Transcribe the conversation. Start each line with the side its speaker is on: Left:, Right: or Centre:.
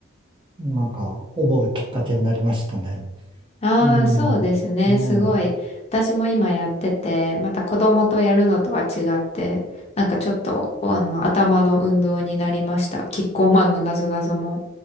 Right: なんか、思うきっかけになりましたね。
Left: ああ、
Right: うん、
Left: そうですね。
Right: ね
Left: すごい。
Right: え。
Left: 私も今やってて、また子供とやるのとは違って、なんかちょっと、おあの、頭の運動になりました。キッコーマンのなぞなぞも。